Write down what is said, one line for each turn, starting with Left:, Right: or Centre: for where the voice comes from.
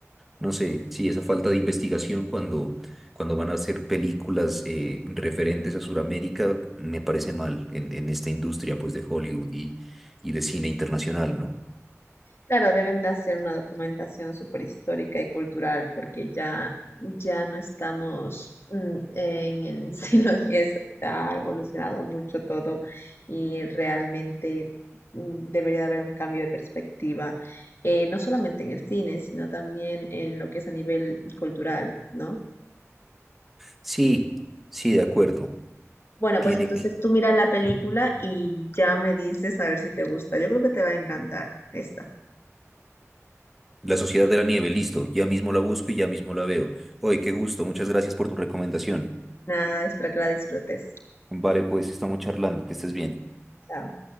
Centre: no sé, sí, esa falta de investigación cuando, cuando van a hacer películas eh, referentes a Sudamérica me parece mal en, en esta industria pues de Hollywood y, y de cine internacional, ¿no?
Left: Claro, deben de hacer una documentación súper histórica y cultural porque ya, ya no estamos mm, en el <laughs> siglo X, ha evolucionado mucho todo y realmente mm, debería de haber un cambio de perspectiva, eh, no solamente en el cine, sino también en lo que es a nivel cultural, ¿no?
Centre: Sí, sí, de acuerdo.
Left: Bueno,
Centre: Tiene
Left: pues entonces
Centre: que...
Left: tú mira la película y ya me dices a ver si te gusta. Yo creo que te va a encantar esta.
Centre: La Sociedad de la Nieve, listo. Ya mismo la busco y ya mismo la veo. Oye, qué gusto. Muchas gracias por tu recomendación.
Left: Nada, espero que la disfrutes.
Centre: Vale, pues estamos charlando. Que estés bien.
Left: Chao.